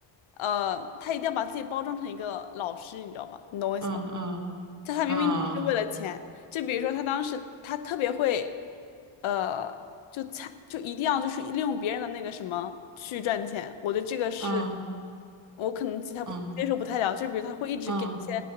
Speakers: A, on the left; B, on the right.
A: 呃，他一定要把自己包装成一个老师，你知道吧？你懂我意思吗？
B: 嗯嗯
A: 但他明明只是为了钱。
B: 嗯
A: 就比如说，他当时他特别会，呃，就参就一定要就是利用别人的那个什么去赚钱。我对这个是，
B: 嗯
A: 我可能其他不接受不太了。
B: 嗯
A: 就比如他会一直给一些
B: 嗯